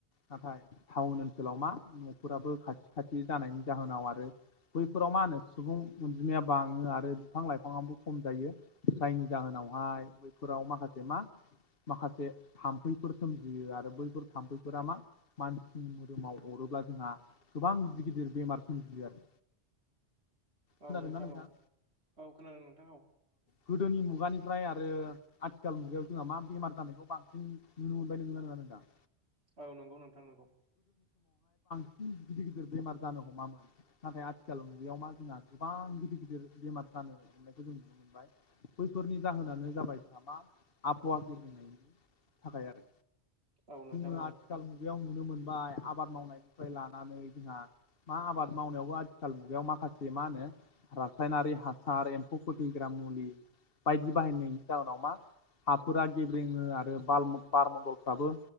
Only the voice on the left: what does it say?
नाथाय टाउन ओनसोलाव मा न'फोराबो खाथि-खाथि जानायनि जाहोनाव आरो बैफोराव मा होनो सुबुं अनजिमाया बाङो आरो। बिफां लाइफांआबो खम जायो जायनि जाहोनावहाय बैफोराव माखासे मा माखासे थाम्फैफोर सोमजियो आरो बैफोर थाम्फैफोरा मा मानसिनि मोदोमाव अरोब्ला जोंहा गोबां गिदिर-गिदिर बेमार सोमजियो आरो।
खोनादोंना
नोंथां?
गोदोनि मुगानिफ्राय आरो आथिखाल मुगायाव जोंहा मा बेमार जानायखौ बांसिन नुनो मोनबाय नोंथां?
गिदिर-गिदिर बेमार जानो हमामोन नाथाय आथिखालाव मुगायाव मा जोंहा गोबां गिदिर-गिदिर बेमार। जानो हानायखौ जों नुनो मोनबाय बैफोरनि जाहोनानो जाबाय जोंहा मा आबहावानि थाखाय आरो।
जों
आथिखाल मुगायाव। नुनो मोनबाय आबाद मावनायनिफ्राय लानानै जोंहा मा आबाद मावनायावबो आथिखाल मुगायाव माखासे मा होनो रासायनारि हासा। सार एम्फौ फोथैग्रा मुलि बायदि बाहायनायनि जाहोनाव मा हाफोरा गेब्रेङो आरो बार बारमन्दलफ्राबो